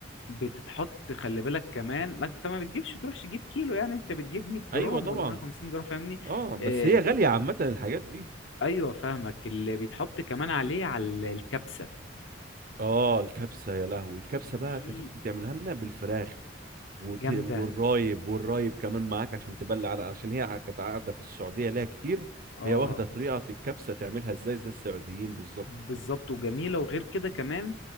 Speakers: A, on the left; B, on the right.
A: بتتحط خلي بالك كمان ما أنت ما بتجيبش تروحش تجيب كيلو يعني أنت بتجيب 100 جرام
B: ايوه طبعا
A: ولا 150 جرام فاهمني
B: اه بس
A: آه
B: هي غاليه عامه الحاجات دي
A: أيوه فاهمك اللي بيتحط كمان عليه على الكبسة
B: اه الكبسه يا لهوي الكبسه
A: دي
B: بقى كانت اختي تعملها لنا بالفراخ وت...
A: جامدة
B: والرايب والرايب كمان معاك عشان تبلع على عشان هي كانت قاعده في السعوديه ليها كتير
A: اه
B: هي واخده طريقه الكبسه تعملها ازاي زي السعوديين بالظبط
A: بالظبط وجميله وغير كده كمان